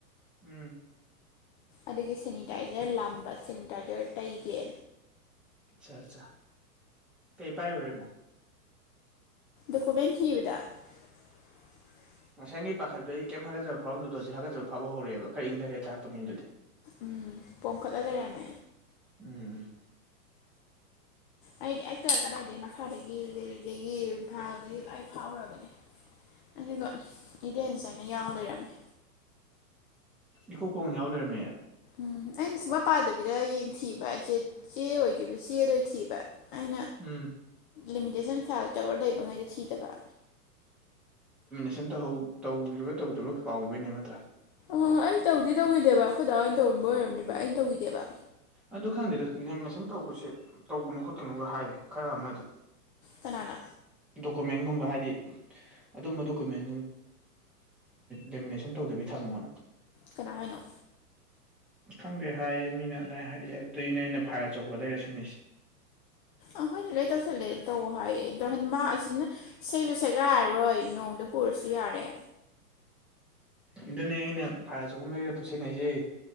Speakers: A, in the centre; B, on the left.
A: ꯎꯝ
B: ꯑꯗꯒꯤ ꯁꯦꯅꯤꯇꯥꯏꯖꯔ ꯂꯝꯕ ꯁꯦꯅꯤꯇꯥꯏꯖꯔ ꯇꯩꯒꯦ
A: ꯑꯆꯥ ꯑꯆꯥ ꯀꯩ ꯄꯥꯏ ꯎꯔꯦ ꯃ
B: ꯑꯀꯕꯦꯟ ꯊꯤꯕꯗ <inaudible>
A: ꯉꯁꯪꯒꯤ ꯄꯥꯈꯠꯄꯒꯤ ꯀꯩꯝ ꯍꯥꯒꯠꯆꯕ ꯐꯥꯎꯐꯝꯗꯨꯗꯣꯖꯤꯛ ꯍꯥꯒꯠꯆꯕ ꯐꯥꯎꯕ ꯍꯧꯔꯛꯦꯕ ꯈꯔ ꯏꯪꯊꯔꯦ ꯇꯥꯛꯄꯅꯤ ꯑꯗꯨꯗꯤ
B: ꯎꯝ ꯄꯣꯡꯝꯈꯠꯂ ꯂꯩꯔꯝꯃꯦ
A: ꯎꯝ
B: ꯑꯩꯗꯤ ꯍꯦꯛꯇ ꯀꯗꯥꯏꯗꯒꯤ ꯃꯈꯥꯗꯒꯤ ꯀꯩꯗꯒꯤ ꯏꯝꯐꯥꯜꯗꯒꯤ ꯂꯣꯏ ꯐꯥꯎꯔꯕꯅꯦ ꯑꯗꯨꯒ ꯏꯔꯦꯟꯖꯅ ꯌꯥꯎ ꯂꯩꯔꯝꯃꯦ
A: ꯏꯀꯨ ꯀꯣꯡꯅ ꯌꯥꯎ ꯂꯩꯔꯝꯃꯦ
B: ꯎꯝ ꯑꯩꯅ ꯁꯨꯡꯃ ꯄꯥꯗꯕꯤꯗ ꯌꯦꯡ ꯊꯤꯕ ꯑꯩꯆꯦ ꯆꯦ ꯑꯣꯏꯈꯤꯕ ꯆꯦꯗ ꯑꯣꯏ ꯊꯤꯕ ꯑꯩꯅ
A: ꯎꯝ
B: ꯂꯤꯃꯤꯇꯦꯁꯟ ꯐꯥꯏꯜ ꯇꯧꯔꯒ ꯂꯩꯕꯉꯩꯗꯤ ꯊꯤꯗꯕ
A: ꯟ ꯇꯧ꯭ꯔꯥ ꯇꯧꯗꯔꯤꯕ꯭ꯔꯥ ꯀꯥꯎꯕꯩꯅꯦ ꯅꯠꯇ꯭ꯔꯥ
B: ꯑꯣ ꯑꯩ ꯇꯧꯗꯤ ꯇꯧꯈꯤꯗꯦꯕ ꯑꯩꯈꯣꯏꯗꯥ ꯑꯣꯏꯅ ꯇꯧꯔꯝꯕ ꯑꯣꯏꯔꯕꯅꯦꯕ ꯑꯩꯅ ꯇꯧꯈꯤꯗꯦꯕ
A: ꯑꯗꯨ ꯈꯥꯟꯗꯗ ꯂꯦꯃꯤꯅꯦꯁꯟ ꯇꯧꯕꯁꯦ ꯇꯧꯒꯅꯨ ꯈꯣꯠꯀꯅꯨꯒ ꯍꯥꯏꯌꯦ ꯈꯔ ꯑꯃꯅꯗꯤ
B: ꯀꯅꯥꯅ
A: ꯗꯣꯀꯨꯃꯦꯟꯒꯨꯝꯕ ꯍꯥꯏꯗꯤ ꯑꯗꯨꯝꯕ ꯗꯣꯀꯨꯃꯦꯟ ꯂꯦꯃꯤꯅꯦꯁꯟ ꯇꯧꯗꯕꯤ ꯊꯝꯃꯣꯅ
B: ꯀꯅꯥ ꯍꯥꯏꯅꯣ
A: ꯈꯪꯗꯦ ꯍꯥꯏꯌꯦ ꯃꯤꯅ ꯑꯗꯨꯗꯥꯃꯥꯏꯅ ꯍꯥꯏꯔꯛꯑꯦ ꯑꯗꯨꯗꯩꯅꯦ ꯑꯩꯅ ꯐꯥꯏꯌꯔ ꯑꯆꯧꯕ ꯂꯩꯔꯁꯤꯅꯦ
B: ꯑꯍꯣꯏ ꯏꯂ ꯇꯧꯁꯜꯂꯦ ꯇꯧ ꯍꯥꯏꯌꯦ ꯑꯗꯣ ꯍꯥꯏꯗꯤ ꯃꯥ ꯑꯁꯤꯅ ꯁꯦꯂ ꯁꯦꯒꯥꯏꯔꯔꯣꯏ ꯅꯣꯡꯗ ꯄꯨꯔꯁꯨ ꯌꯥ ꯦ
A: ꯑꯗꯨꯗꯅꯦ ꯑꯩꯅ ꯐꯥꯏꯔ ꯑ ꯆꯒꯕ ꯂꯩꯔ ꯄꯨꯁꯦꯟꯅꯩꯖꯩ